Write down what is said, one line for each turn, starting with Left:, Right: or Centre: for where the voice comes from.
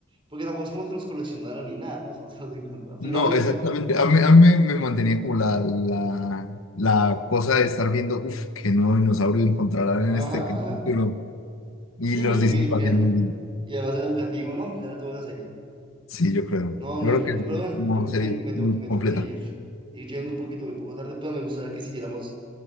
Right: porque tampoco es como que nos coleccionara ni nada, ¿no? Solo se los encontraba, pero
Left: No,
Right: era muy
Left: exactamente.
Right: interesante.
Left: A mí, a mí me mantenía como la, la, la cosa de estar viendo, uff, qué nuevo dinosaurio encontrarán
Right: Ajá,
Left: en este capítulo.
Right: ajá.
Left: Y
Right: Y,
Left: los
Right: por- y porque,
Left: diseños
Right: y porque
Left: lo hacían
Right: eran,
Left: muy bien.
Right: y además era educativo, ¿no? Era toda esa serie.
Left: Sí, yo creo.
Right: No,
Left: Yo
Right: me
Left: creo
Right: imagínate,
Left: que es
Right: pero bueno,
Left: una
Right: yo creo
Left: serie
Right: que me
Left: muy
Right: tengo, me
Left: completa.
Right: tengo que ir, ir yendo un poquito, un poco tarde, pero me gustaría que siguiéramos